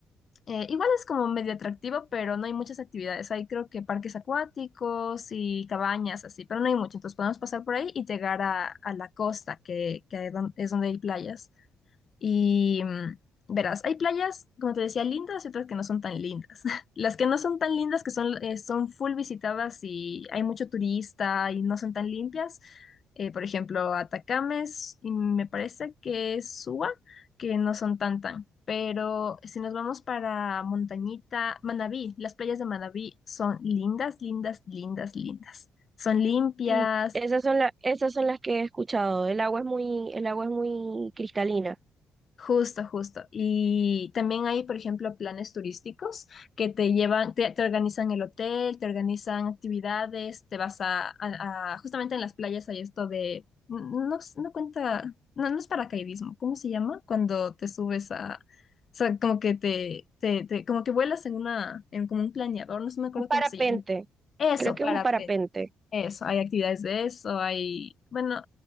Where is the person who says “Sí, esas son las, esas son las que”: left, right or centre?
Right